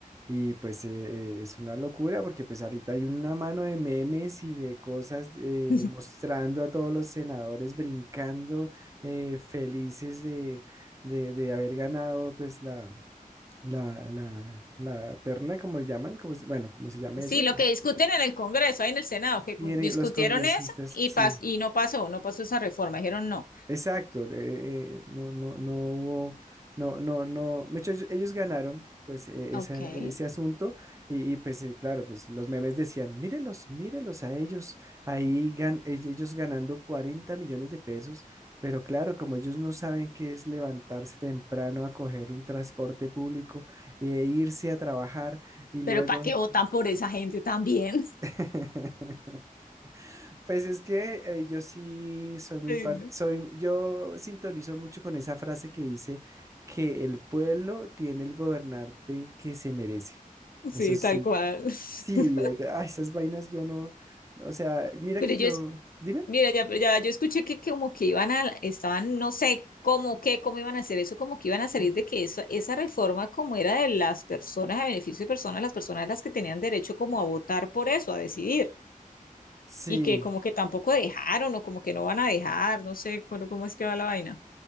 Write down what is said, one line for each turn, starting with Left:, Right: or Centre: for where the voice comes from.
Right: Y pues eh, eh, es una locura porque pues ahorita hay una mano de memes y de cosas eh,
Left: <laughs>
Right: mostrando a todos los senadores brincando eh, felices de, de, de haber ganado pues la, la, la, la terna, como llaman, como, se- bueno, como se llama
Left: Sí,
Right: eso,
Left: lo que discuten en el Congreso, ahí en el Senado,
Right: Sí,
Left: que cu-
Right: eh,
Left: discutieron
Right: los congresistas,
Left: eso y,
Right: sí,
Left: pas y no pasó, no pasó esa reforma, dijeron no.
Right: exacto. eh, eh, no, no, no hubo, no, no, no. De hecho, ellos ellos ganaron, pues, eh,
Left: Ok.
Right: esa- ese asunto y, y, pues, eh, claro, pues los memes decían, mírelos, mírelos a ellos, ahí gan- ell- ellos ganando 40 millones de pesos, pero claro, como ellos no saben qué es levantarse temprano a coger un transporte público e irse a trabajar y luego...
Left: Pero ¿para qué votan por esa gente también?
Right: <laughs> Pues es que eh, yo sí soy muy
Left: <laughs> Ay,
Right: par-
Left: no.
Right: soy, yo sintonizo mucho con esa frase que dice que el pueblo tiene el gobernante que se merece. Eso
Left: Sí,
Right: sí,
Left: tal cual.
Right: sí,
Left: <laughs>
Right: eh, ah, esas vainas yo no, o sea, mira
Left: Pero
Right: que yo,
Left: yo, es-
Right: dime,
Left: Mira, ya, pero ya, yo escuché que, que como que iban a, estaban, no sé cómo, qué, cómo iban a hacer eso, como que iban a salir de que eso, esa reforma como era de las personas, a beneficio de personas, las personas las que tenían derecho como a votar por eso, a decidir,
Right: sí,
Left: y que como que tampoco dejaron o como que no van a dejar, no sé cómo, cómo es que va la vaina.